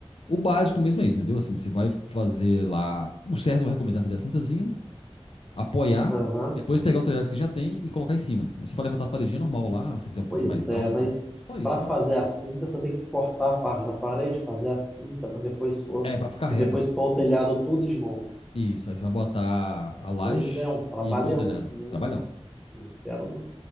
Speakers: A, on the left; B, in the centre.
A: o básico mesmo é isso, entendeu? Assim, você vai fazer lá. O certo eu recomendo é fazer a cintazinha apoiar,
B: Aham.
A: depois pegar o telhado que já tem e colocar em cima. Aí você vai levantar as paredinhas normal lá, se você quiser um pouquinho
B: Pois
A: mais
B: é,
A: alto
B: mas
A: e tal. Só isso
B: para
A: mesmo.
B: fazer a cinta, você tem que cortar a parte da parede, fazer a cinta para depois pôr,
A: É, pra ficar reta.
B: e depois pôr o telhado tudo de novo.
A: Isso. Aí você vai botar a laje
B: Pois é, um trabalhão.
A: e pôr o telhado.
B: Não,
A: Trabalhão.
B: não quero, não.